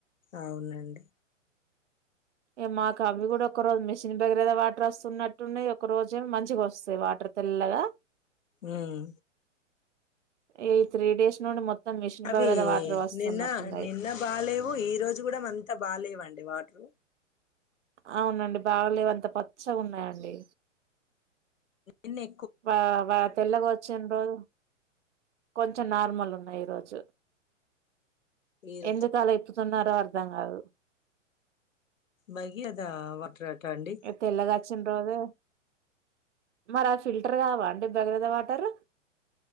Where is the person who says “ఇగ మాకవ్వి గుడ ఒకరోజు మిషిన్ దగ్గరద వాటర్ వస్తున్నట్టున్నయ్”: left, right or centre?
Right